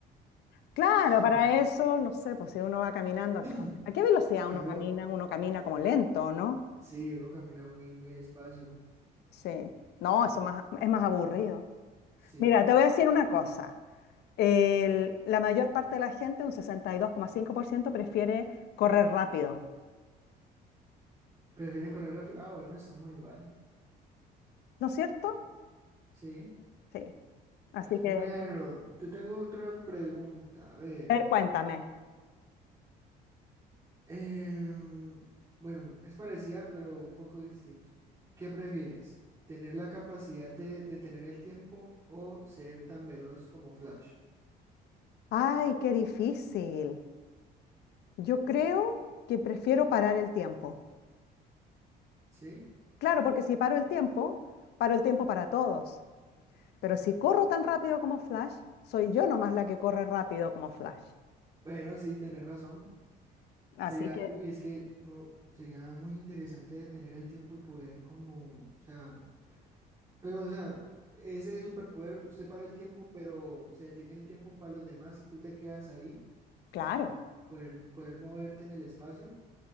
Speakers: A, on the left; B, on the right.
A: Claro,
B: <clears throat>
A: para eso, no sé, pues si uno va caminando, ¿a
B: Una
A: a qué velocidad
B: Cambio,
A: uno camina? Uno camina como lento, ¿no?
B: sí, uno camina muy, muy despacio.
A: Sí. No, eso más, es más aburrido.
B: Sí.
A: Mira, te voy a decir una cosa. El- la mayor parte de la gente, un sesenta y dos coma cinco por ciento, prefiere correr rápido,
B: ¿Prefieren correr rápido? Ah, bueno, estamos igual.
A: ¿no es cierto?
B: Sí.
A: Sí. Así que,
B: Bueno, te tengo otra pregunta. A ver.
A: eh, cuéntame.
B: Em, bueno, es parecida, pero un poco distinto. ¿Qué prefieres? ¿Tener la capacidad de detener el tiempo o ser tan veloz como Flash?
A: Ay, qué difícil. Yo creo que prefiero parar el tiempo.
B: Sí.
A: Claro, porque si paro el tiempo, paro el tiempo para todos. Pero si corro tan rápido como Flash, soy yo nomás la que corre rápido como Flash.
B: Bueno, sí, tenés razón.
A: Así
B: Sería,
A: que,
B: uy, es que no, sería muy interesante de tener el tiempo y poder como, o sea, pero o sea, ese superpoder, usted para el tiempo, pero se detiene el tiempo para los demás y tú te quedas ahí,
A: claro.
B: poder, poder moverte en el espacio,